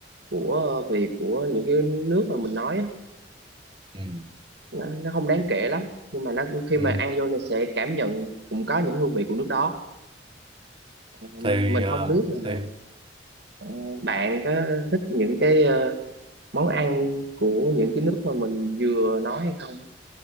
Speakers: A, on the right; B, on the right.
A: của ờ, vị của những cái nước mà mình nói á.
B: Ừ.
A: Nó, nó không đáng kể lắm nhưng mà nó khi
B: Ừ.
A: mà ăn vô thì sẽ cảm nhận cũng có những hương vị của nước đó Ờ,
B: Thì
A: mình
B: à,
A: không biết là
B: thì
A: ờ, bạn có thích những cái ờ, món ăn của những cái nước mà mình vừa nói hay không